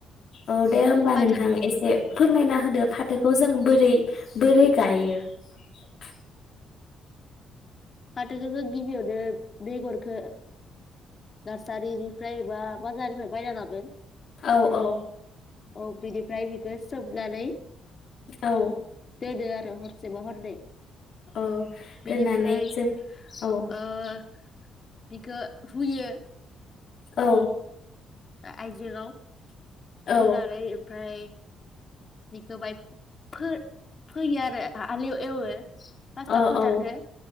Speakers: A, on the left; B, on the left.
A: औ दे होमबा
B: फाथो
A: नोंथां एसे फोरमायना होदो फाथोखौ जों बोरै बोरै गायो? <unintelligible>
B: फाथोखो जों गिबियावनो बेगरखो नारसारिनिफ्राय बा बाजारनिफ्राय बायना लागोन
A: औ औ
B: औ बिनिफ्राय बिखौ सोबनानै
A: औ
B: दोनो आरो हरसे बा हरनै
A: औ दोननानै
B: बिनिफ्राय
A: जों औ
B: ओ बिखो हुयो
A: औ
B: आइजेङाव हुनानै
A: औ
B: ओमफाय बिखौ बाय फो-फोयो आरो आलिव एवो फार्स्टाव
A: औ
B: फोथारखो
A: औ